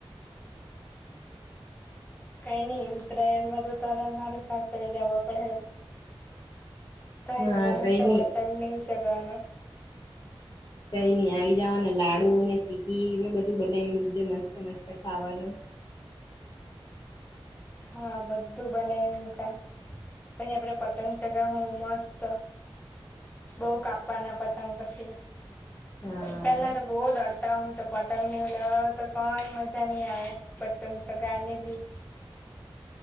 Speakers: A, on the left; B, on the left.
A: કઈ નઈ ઉત્તરાયણમાં તો તારે મામારે પાસરે જવા પડે. તો
B: હા
A: બહુ
B: કઈ
A: મસ્ત
B: નઈ
A: પતંગ ને ચગવાનું
B: કઈ આવી જવા ને લાડુ ને ચીકી બધું બનાવી જે મસ્ત મસ્ત ખાવાનું
A: હા બધું બનાયું મૂકીએ. અહી આપડે પતંગ ચગાવ મસ્ત બઉ કાપવાના પતંગ પછી
B: હા
A: પેલા તો બહ દર્દ તો પતંગ નીવ લાવ તો કોઈ મજા નઈ આવે પતંગ ચગાવવાની બી